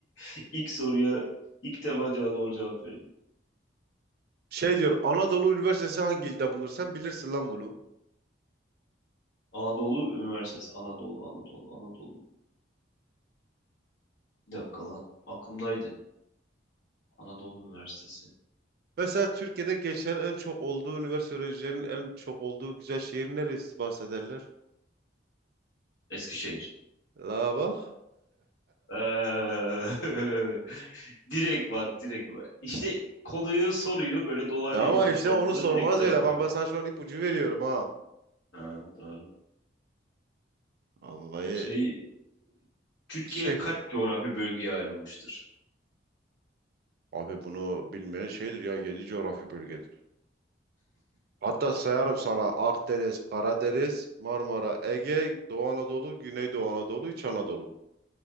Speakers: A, on the left; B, on the right.
A: <laughs> ilk soruya ilk defa ce- doğru cevap verdim.
B: Şey diyor Anadolu Üniversitesi hangi ilde bulunur? Sen bilirsin lan bunu.
A: Anadolu Üniversitesi. Anadolu, Anadolu, Anadolu. Bir dakika lan. Aklımdaydı. Anadolu Üniversitesi.
B: Mesela Türkiye'de geçen en çok olduğu üniversite öğrencilerinin en çok olduğu güzel şehir neresi bahsederler?
A: Eskişehir.
B: La bak.
A: Eee, <laughs> direkt bak direkt. bak. İşte konuyu soruyu böyle dolaylı
B: Ama
A: yoldan
B: işte
A: sorduğunda
B: onu sormaz
A: direkt cevap
B: öyle. Bak
A: veriyor.
B: ben sana şu an ipucu veriyorum ha.
A: Ha, doğru.
B: Vallahi
A: Şey Türkiye
B: şey.
A: kaç coğrafi bölgeye ayrılmıştır?
B: Abi bunu bilmeyen şeydir ya. Yedi coğrafi bölgedir. Hatta sayarım sana Akdeniz, Karadeniz, Marmara, Ege, Doğu Anadolu, Güneydoğu Anadolu, İç Anadolu.